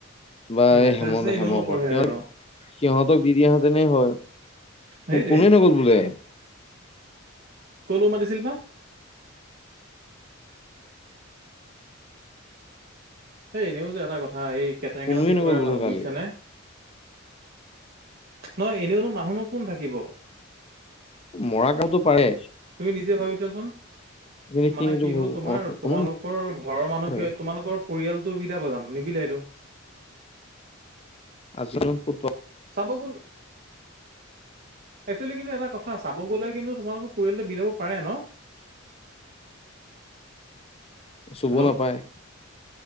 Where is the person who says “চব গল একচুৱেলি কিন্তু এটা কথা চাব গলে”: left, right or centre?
Right